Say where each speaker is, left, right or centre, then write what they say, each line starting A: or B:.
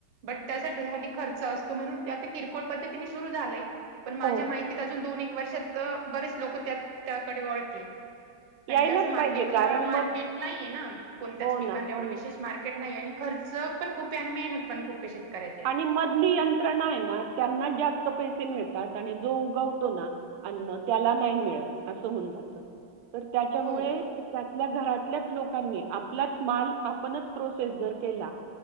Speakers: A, on the right (about 65°); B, on the right (about 85°).
A: बट त्यासाठी आधी खर्च असतो म्हणून आता किरकोळ पद्धतीने सुरू झालय. पण माझ्या
B: हो.
A: माहितीत अजून दोन एक वर्षात बरेच लोक त्या त्याकडे वळतील.
B: यायलाच
A: कारण की असं मार्केटला
B: पाहिजे कारण
A: मार्केट
B: मग
A: नाही आहे ना. कोणतच
B: हो
A: पिकांला
B: ना, हो
A: एवढं
B: ना.
A: विशेष
B: हो
A: मार्केट नाही आणि खर्च पण खूप आणि मेहनत पण खूप शेतकऱ्यांना.
B: आणि मधली यंत्रणा आहे ना त्यांना जास्त पैसे मिळतात आणि जो उगवतो ना अन्न त्याला नाही मिळत असं होऊन जात तर त्याच्यामुळे
A: हो
B: त्यातल्या घरातल्याच लोकांनी आपलाच माल आपणच प्रोसेस जर केला.